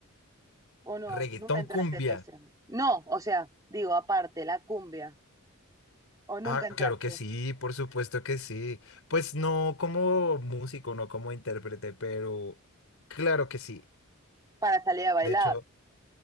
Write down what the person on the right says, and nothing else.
o no?
Nunca entraste
en ese. No, o sea, digo, aparte, la cumbia, o nunca
entraste
para salir a bailar.